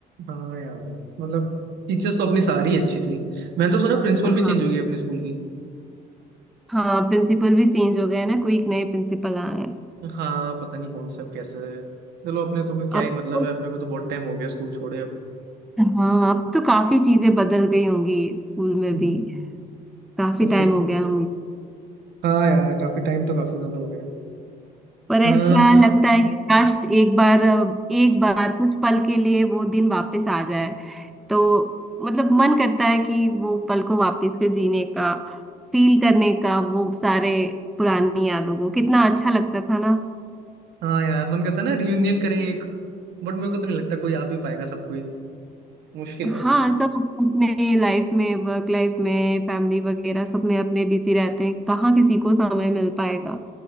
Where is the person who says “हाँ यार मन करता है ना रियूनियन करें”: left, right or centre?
Right